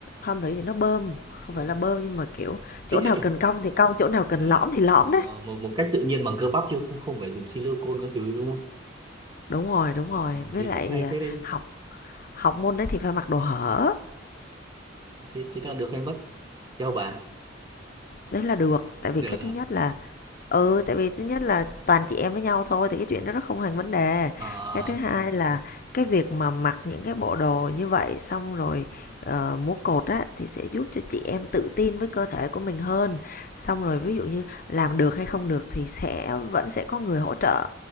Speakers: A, on the left; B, on the right.
A: pump nữa thì nó bơm không
B: ừ.
A: phải là bơm nhưng mà kiểu chỗ
B: kích
A: nào
B: thích
A: cần
B: nhỉ
A: cong thì cong chỗ nào cần
B: Ờ,
A: lõm thì lõm
B: ờ,
A: đấy
B: một một cách tự nhiên bằng cơ bắp chứ không không phải dùng silicone các thứ đúng không
A: đúng rồi đúng
B: Ờ,
A: rồi với
B: thế
A: lại
B: cũng hay
A: à,
B: phết đấy
A: học học môn đấy thì phải mặc đồ hở
B: thế thế là được hay mất theo bà
A: đấy là được
B: được
A: tại vì cái
B: rồi
A: thứ nhất là Ừ, tại vì thứ nhất là toàn chị em với nhau thôi thì cái chuyện đó nó không thành vấn đề.
B: à,
A: Cái thứ hai là cái việc mà mặc những cái bộ đồ như vậy xong rồi ờ, múa cột á thì sẽ giúp cho chị em tự tin với cơ thể của mình hơn. Xong rồi ví dụ như làm được hay không được thì sẽ vẫn sẽ có người hỗ trợ.